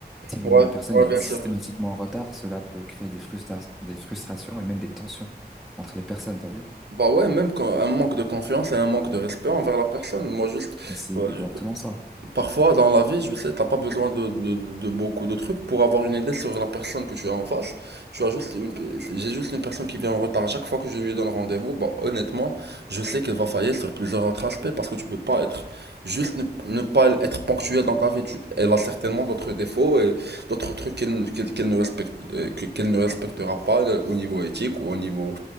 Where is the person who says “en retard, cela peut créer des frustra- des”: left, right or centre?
Centre